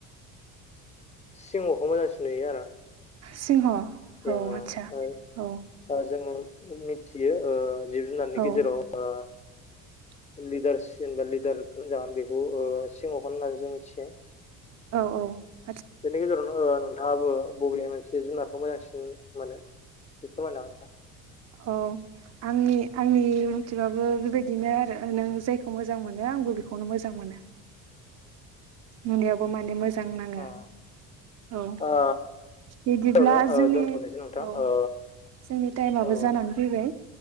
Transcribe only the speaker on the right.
सिंह। औ
आदसा औ
औ
<unintelligible>
औ औ ।
औ आंनि आंनि मथेबाबो बेबायदिनो आरो नों जायखौ मोजां मोनो आंबो बेखौनो मोजां मोनो नुनायावबो माने मोजां नाङो
औ।
बिदिब्ला
जोंनि
औ
जोंनि टाइमाबो
जानानै फैबाय